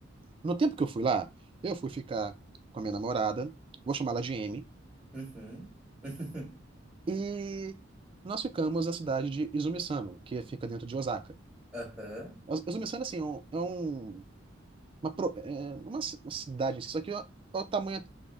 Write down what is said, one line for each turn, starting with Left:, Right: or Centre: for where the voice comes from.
Right: no tempo que eu fui lá, eu fui ficar com a minha namorada, vou chamá-la de M,
Centre: Uhum. <laughs>
Right: e nós ficamos na cidade de Izumisano, que fica dentro de Osaka.
Centre: Aham.
Right: Os- Izumisano, assim, é, um, é um- uma, pro- é uma ci- uma cidade em si, só que o, o tamanho.